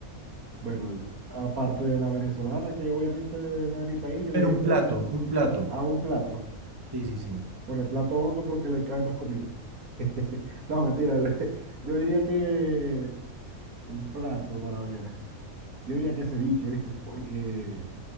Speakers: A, on the right; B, on the right.
A: Bueno, el- aparte de la venezolana, que obviamente es la de mi país, yo
B: Pero
A: diría
B: un
A: que
B: plato, un plato.
A: a un plato,
B: Sí, sí, sí.
A: por el plato hondo porque le cae más comida. <laughs> No, mentira, le- yo diría que un plato para ver. Yo diría que ceviche, ¿viste? Porque